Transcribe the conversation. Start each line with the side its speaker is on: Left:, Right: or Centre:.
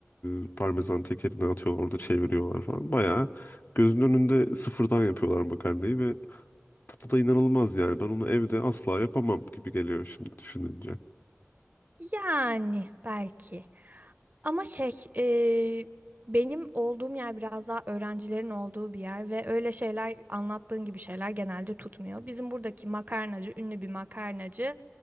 Left: e, parmesan tekerine atıyorlar. Orada çeviriyorlar falan. Bayağı gözünün önünde sıfırdan yapıyorlar makarnayı ve tadı da inanılmaz yani. Ben onu evde asla yapamam gibi geliyor şimdi düşününce.
Right: Yani belki. Ama şey, e, benim olduğum yer biraz daha öğrencilerin olduğu bir yer ve öyle şeyler anlattığın gibi şeyler genelde tutmuyor. Bizim buradaki makarnacı, ünlü bir makarnacı.